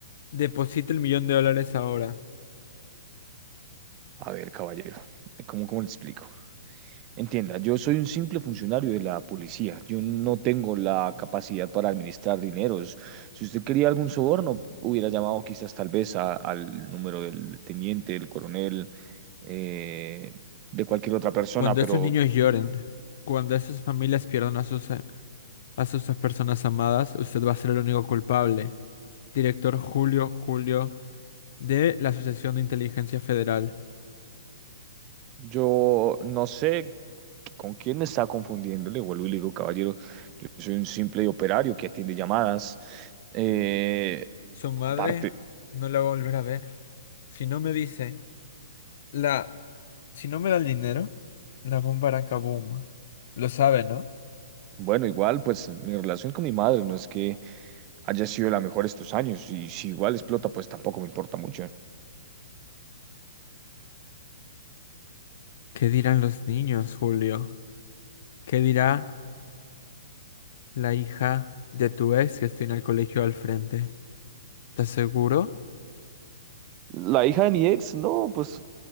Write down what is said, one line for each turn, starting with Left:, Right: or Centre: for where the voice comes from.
Left: Deposite el millón de dólares ahora.
Right: A ver, caballero, ¿cómo, cómo le explico? Entienda, yo soy un simple funcionario de la policía. Yo no tengo la capacidad para administrar dineros. Si usted quería algún soborno, hubiera llamado quizás tal vez a- al número del teniente, del coronel, eh, de cualquier otra persona,
Left: Cuando
Right: pero
Left: esos niños lloren, cuando esas familias pierdan a sus, a sus personas amadas, usted va a ser el único culpable. Director Julio Julio de la Asociación de Inteligencia Federal.
Right: yo no sé con quién me está confundiendo. Le vuelvo y le digo, caballero, yo soy un simple operario que atiende llamadas. Eh,
Left: Su madre
Right: Aparte,
Left: no la va a volver a ver. Si no me dice, la, si no me da el dinero, la bomba hará kaboom. Lo sabe, ¿no?
Right: Bueno, igual, pues mi relación con mi madre no es que haya sido la mejor estos años y si igual explota, pues tampoco me importa mucho.
Left: ¿Qué dirán los niños, Julio? ¿Qué dirá la hija de tu ex que está en el colegio al frente? ¿Estás seguro?
Right: La hija de mi ex, no, pues